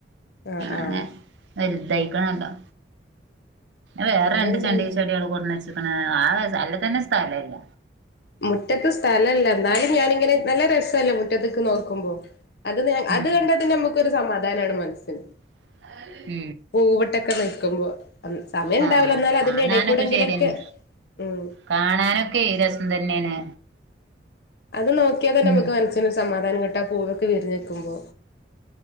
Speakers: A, on the left (about 60°); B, on the right (about 75°).
A: ആഹ്
B: അങ്ങനെ
A: ആഹ്
B: വലുതായിക്കണല്ലോ വേറെ
A: ഇവിടെന്നെ
B: രണ്ട് ചണ്ടി ചെടി, ചെടികള് കൂടെന്ന് വെച്ചക്കണ് ആ അല്ല തന്നെ സ്ഥലല്ല
A: മുറ്റത്ത് സ്ഥല ഇല്ല, എന്നാലും ഞാനിങ്ങനെ നല്ല രസല്ലോ മുറ്റത്തക്ക് നോക്കുമ്പോ. അത്
B: ഉം
A: അത് കണ്ടാത്തന്നെ നമ്മുക്കൊരു സമാധാനമാണ് മനസ്സിന്
B: അ <unintelligible>
A: പൂവിട്ടൊക്കെ നിൽക്കുമ്പോ, സമയം
B: ആഹ്
A: ഉണ്ടാവില്ലോ എന്നാലും
B: കാണാനൊക്കെ
A: അതിന്റെ ഇടക്കൂടെങ്കിലും
B: ശരിയന്നെ
A: ഒക്കെ ഉം
B: കാണാനൊക്കെ ഏ രസം തന്നെയാണ്
A: അത് നോക്കിയാ തന്നെ
B: ഉം
A: നമുക്ക് മനസിന് ഒരു സമാധാനം കിട്ടും പൂവൊക്കെ വിരിഞ്ഞ് നീക്കുമ്പോ